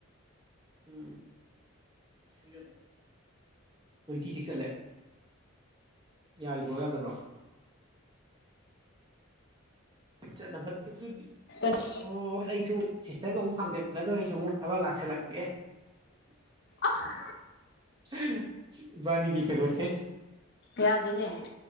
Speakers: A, on the right (about 20°); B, on the left (about 50°).
A: ꯎꯝ ꯀꯥꯌꯥ ꯗ ꯇ꯭ꯋꯦꯟꯇꯤ ꯁꯤꯛꯁ ꯆꯠꯂꯦ ꯌꯥꯔꯤꯕ꯭ꯔꯣ ꯌꯥꯗꯕ꯭ꯔꯣ ꯆꯠꯅꯕꯗꯨꯗꯤ
B: ꯑꯣꯏꯕꯅꯦ
A: ꯑꯣ ꯑꯩꯁꯨ ꯁꯤꯁꯇꯔꯒ ꯑꯃꯨꯛ ꯐꯪꯖꯟꯅꯗꯧꯣꯔꯦ ꯑꯩꯁꯨ ꯑꯃꯨꯛ ꯊꯕꯛ ꯂꯥꯛꯁꯤꯜꯂꯛꯑ
B: ꯑꯍ
A: ꯑꯦ ꯏꯕꯥꯅꯤꯒꯤ ꯀꯩꯅꯣ ꯁꯦ
B: ꯌꯥꯗꯦ ꯅꯦ